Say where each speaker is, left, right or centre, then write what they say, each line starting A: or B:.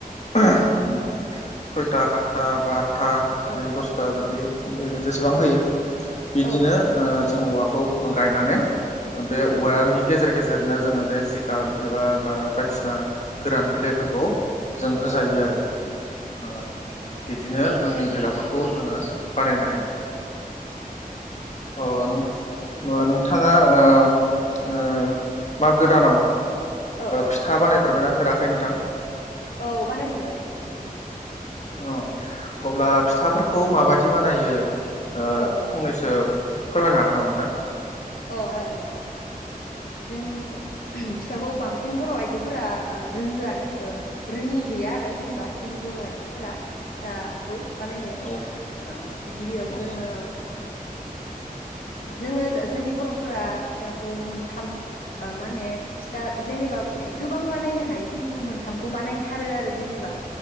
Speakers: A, on the left; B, on the left.
A: उम सयथा साता बा। आतथा बिदिनो
B: औ
A: दसथा
B: औ
A: बिदि जेसेबां
B: औ
A: होयो बिदिनो
B: औ
A: जों ओ औवा खौ गायनानै बे औवानि
B: औ
A: गेजेर गेजेरनो जोङो बे जिगाब एबा ओ बा बायदिसिना गोरान बिलाइफोरखौ जों होजायो
B: औ
A: आरो। आरो बिदिनो जोंनि भेलागुरखौ जोङो। बानायनो हायो अ नों। ओ नोंथाङा ओ ओ
B: औ
A: बा गोदानाव
B: औ औ
A: फिथा बानायफेरबायना? फेराखै नोंथां
B: औ बानायफेरबाय नोंथां।
A: औ अब्ला फिथाफोरखौ माबायदि बानायो? ओ
B: औ औ
A: फंनैसो फोरमायनो हागोन नामा नोंथां
B: औ हागोन दे जों फिथाखौ बांसिन बर' आइजोफोरा ओ रोंगोआनो ओ रोङि गैया आरो जेनेबा जोंनि बर' आइजोफोरा फिथाखौ बानायनो
A: औ
B: ओ गिबियाव
A: औ
B: जोङो जोङो। जोंनि बर'फोरा फिथाखौ मोनथाम माने फिथा जेनेबा गोबां बानायनो हायो खिन्थु मोनथामखौ बानायथारो आरो जेनेबा